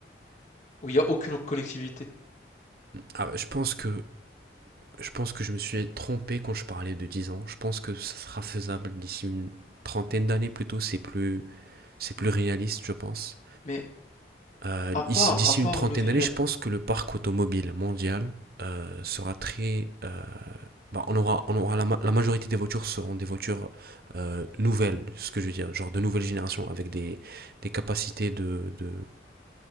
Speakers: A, on the left; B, on the right.
A: où il n'y a aucune connectivité?
B: Ah, je pense que je pense que je me suis trompé quand je parlais de 10 ans. Je pense que ça sera faisable d'ici une trentaine d'années plutôt. C'est plus, c'est plus réaliste, je pense.
A: Mais
B: Euh,
A: à
B: d'ici
A: part, à part
B: une trentaine
A: le
B: d'années,
A: fait
B: je pense que le parc automobile mondial euh, sera très. euh, bah, on aura, on aura la, ma- la majorité des voitures seront des voitures euh, nouvelles, ce que je veux dire, genre de nouvelle génération avec des, des capacités de, de,